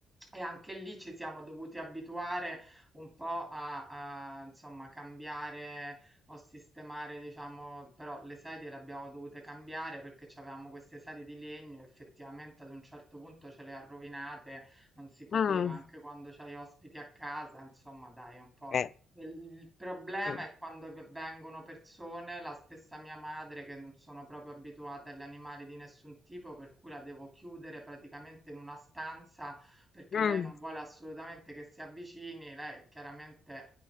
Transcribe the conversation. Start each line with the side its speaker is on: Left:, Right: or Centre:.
Right: e anche lì ci siamo dovuti abituare un po' a, a, insomma cambiare o sistemare, diciamo però le sedie le abbiamo dovute cambiare perché c'avevamo queste sedie di legno, effettivamente ad un certo punto ce le ha rovinate, non si poteva,
Left: Mh.
Right: anche quando c'hai ospiti a casa, insomma, dai, un po'.
Left: Eh.
Right: Il il problema
Left: Mh.
Right: è quando v- vengono persone, la stessa mia madre, che non sono proprio abituate agli animali di nessun tipo, per cui la devo chiudere praticamente in una stanza perché
Left: Mh.
Right: lei non vuole assolutamente che si avvicini, lei chiaramente